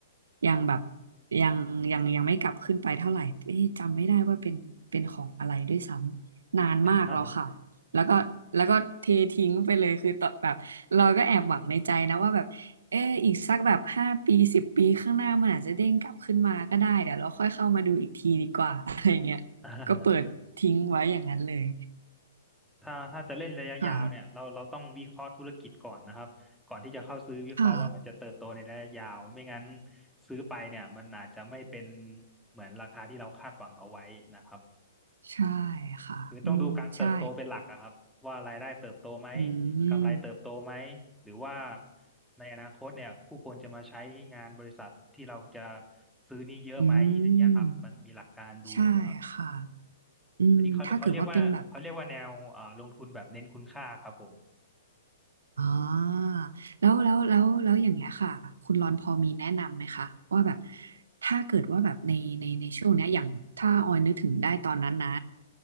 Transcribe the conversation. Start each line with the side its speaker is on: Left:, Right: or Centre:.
Right: ยังแบบยังยังยังไม่กลับขึ้นไปเท่าไหร่เอ๊ะจำไม่ได้ว่าเป็นเป็นของอะไรด้วยซ้ำนานมากแล้วค่ะแล้วก็แล้วก็เททิ้งไปเลยคือตอนแบบเราก็แอบหวังในใจนะว่าแบบเอออีกสักแบบห้าปีสิบปีข้างหน้ามันอาจจะเด้งกลับขึ้นมาก็ได้เดี๋ยวเราค่อยเข้ามาดูอีกทีดีกว่า
Centre: อ่า
Right: <laughs> อะไรเงี้ยก็เปิดทิ้งไว้อย่างนั้นเลย
Centre: <laughs> ถ้าถ้าจะเล่นระยะยาวเนี่ยเราเราต้องวิเคราะห์ธุรกิจก่อนนะครับก่อนที่จะเข้าซื้อวิเคราะห์ว่ามันจะเติบโตในระยะยาวไม่งั้น
Right: ค่ะค่ะ
Centre: ซื้อไปเนี่ยมันอาจจะไม่เป็นเหมือนราคาที่เราคาดหวังเอาไว้นะครับ
Right: ใช่ค่ะ
Centre: คือต้องดูการเติบโตเป็นหลักอะครับว่ารายได้เติบโตไหม
Right: อืม ใช่ อืม
Centre: กำไรเติบโตไหมหรือว่าในอนาคตเนี่ยผู้คนจะมาใช้งานบริษัทที่เราจะซื้อนี่เยอะไหมอย่างเงี้ยครับมันมีหลักการดูอยู่ครับ
Right: อืม ใช่ค่ะ อืม
Centre: อันนี้เขาเขาเรียกว่าเขาเรียกว่าแนวเอ่อลงทุนแบบเน้นคุณค่าครับผม
Right: ถ้าเกิดว่าเป็นแบบ อ๋อแล้วแล้วแล้วแล้วอย่างเงี้ยค่ะคุณรอนพอมีแนะนำไหมคะว่าแบบถ้าเกิดว่าแบบในในในช่วงเนี้ยอย่างถ้าออยนึกถึงได้ตอนนั้นนะ